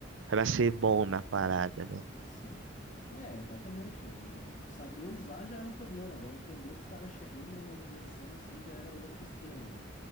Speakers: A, on the right (about 85°); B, on the left (about 40°).
A: pra ser bom na parada, né?
B: Sim. É, exatamente. Eu- eu- saber usar já era um problema. Agora, entender o que estava chegando na minha direção, assim, já era outro esquema, né?